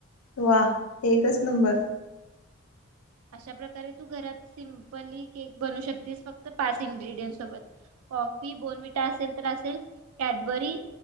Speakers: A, on the left; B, on the right.
A: वा एकच नंबर
B: अशा प्रकारे तू घरात सिंपली केक बनू शकतेस फक्त पाच इंग्रिदेंट्स सोबत कॉफी बोनविटा असेल तर असेल कॅडबरी